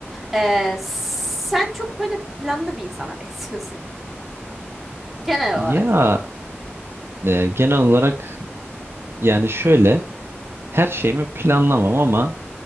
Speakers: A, in the centre; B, on the right.
A: Ee, sen çok böyle planlı bir insana <laughs> benziyorsun. Genel
B: Ya
A: olarak diyeyim.
B: e, genel olarak yani şöyle her şeyimi planlamam ama